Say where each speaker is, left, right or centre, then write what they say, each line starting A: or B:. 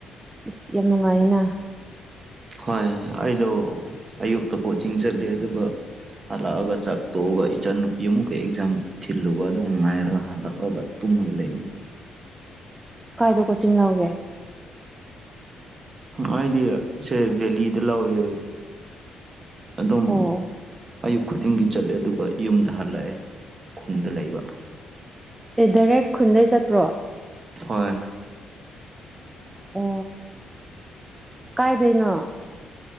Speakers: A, on the right; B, on the right.
A: ꯑꯁ ꯌꯥꯝ ꯅꯨꯡꯉꯥꯏꯌꯦꯅ
B: ꯍꯣꯏ ꯑꯩꯗꯣ ꯑꯌꯨꯛꯇ ꯀꯣꯆꯤꯡ ꯆꯠꯂꯦ ꯑꯗꯨꯒ ꯍꯜꯂꯛꯑꯒ ꯆꯥꯛ ꯇꯣꯛꯑꯒ ꯏꯆꯟꯅꯨꯄꯤ ꯑꯃꯨꯛꯀ ꯑꯦꯛꯖꯥꯝ ꯊꯤꯜꯂꯨꯕ ꯑꯗꯨ ꯉꯥꯏꯔꯒ ꯍꯜꯂꯛꯑꯒ ꯇꯨꯝꯃꯒ ꯂꯩꯕꯅ‌ꯦ
A: ꯀꯥꯏꯗ ꯀꯣꯆꯤꯡ ꯌꯥꯎꯒꯦ
B: ꯑꯩꯗꯤ ꯁꯦ ꯚꯦꯂꯤꯗ ꯂꯧꯋꯦ ꯑꯗꯨꯝ
A: ꯑꯣ
B: ꯑꯌꯨꯛ ꯈꯨꯗꯤꯡꯒꯤ ꯆꯠꯂꯦ ꯑꯗꯨꯒ ꯌꯨꯝꯗ ꯍꯜꯂꯛꯑꯦ ꯈꯨꯟꯗ ꯂꯩꯕ
A: ꯑꯦ ꯗꯥꯏꯔꯦꯛ ꯈꯨꯟꯗꯩ ꯆꯠꯄ꯭ꯔꯣ
B: ꯍꯣꯏ
A: ꯑꯣ ꯀꯥꯏꯗꯩꯅꯣ